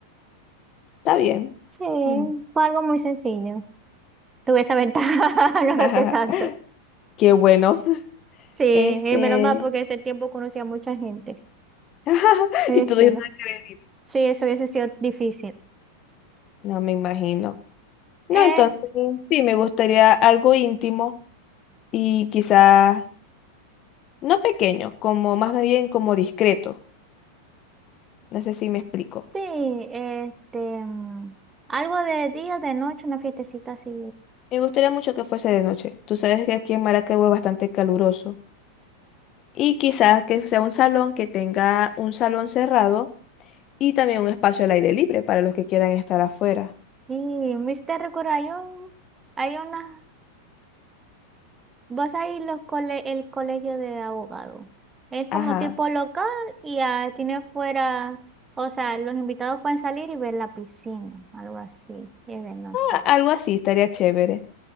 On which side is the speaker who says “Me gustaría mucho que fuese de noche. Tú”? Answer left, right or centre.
Left